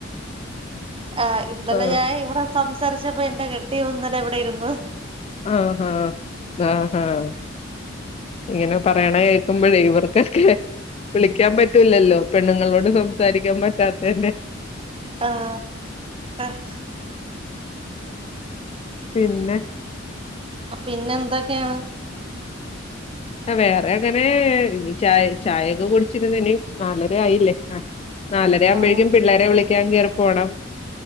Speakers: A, on the right; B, on the left.
A: ആഹ്! ഇന്നലെ
B: ആഹ്
A: ഞാൻ ഇവിടെ സംസാരിച്ചപ്പോ എന്റെ കെട്ടിയോൻ ഇന്നലെ ഇവിടെയിരുന്നു.
B: ആഹ് ആഹ്! ആഹ്! ആഹ്! ഇങ്ങനെ പറയണ കേൾക്കുമ്പോഴേ ഇവർക്കൊക്കെ വിളിക്കാൻ പറ്റൂല്ലല്ലോ. പെണ്ണുങ്ങളോട് സംസാരിക്കാൻ പറ്റാത്തതിന്റെ
A: ആഹ്! ആഹ്!
B: പിന്നെ
A: അപ് പിന്നെ എന്തൊക്കെയാണ്?
B: ആഹ് വേറെ അങ്ങനെ ചായ ചായയൊക്കെ കുടിച്ചിരുന്ന ഇനി നാലര ആയില്ലേ. ആഹ്! നാലര ആവുമ്പോഴേക്കും
A: ആഹ്
B: പിള്ളേരെ വിളിക്കാൻ കേറി പോണം.